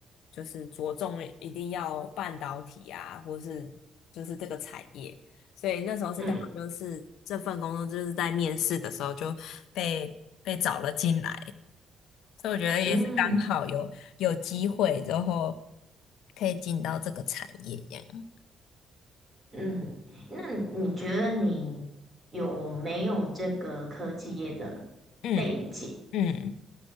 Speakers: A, on the left (about 80°); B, on the right (about 15°).
A: 就是着重一定要半导体啊，或是就是这个产业。所以那时候是刚好就是这份工作就是在面试的时候就被被找了进来，
B: 嗯
A: 所以我觉得也是刚好有有机会之后
B: 嗯
A: 可以进到这个产业这样。
B: 嗯，那你觉得你有没有这个科技业的背景？
A: 嗯嗯。